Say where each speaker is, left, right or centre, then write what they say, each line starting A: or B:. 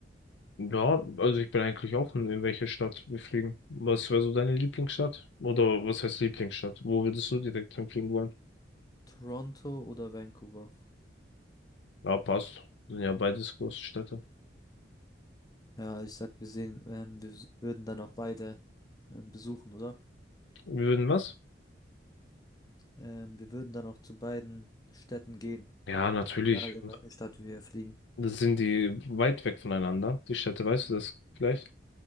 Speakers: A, on the left; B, on the left.
A: Ja, also ich bin eigentlich offen, in welche Stadt wir fliegen. Was wäre so deine Lieblingsstadt? Oder was heißt Lieblingsstadt? Wo würdest du direkt hinfliegen wollen?
B: Toronto oder Vancouver.
A: Ja, passt. Sind ja beides große Städte.
B: Ja, ich sag, wir sehen, ähm, wir s- würden dann auch beide ähm, besuchen, oder?
A: Wir würden was?
B: Ähm, wir würden dann auch zu beiden Städten gehen,
A: Ja, natürlich.
B: egal in welche Stadt wir fliegen.
A: Sind die weit weg voneinander, die Städte, weißt du das vielleicht?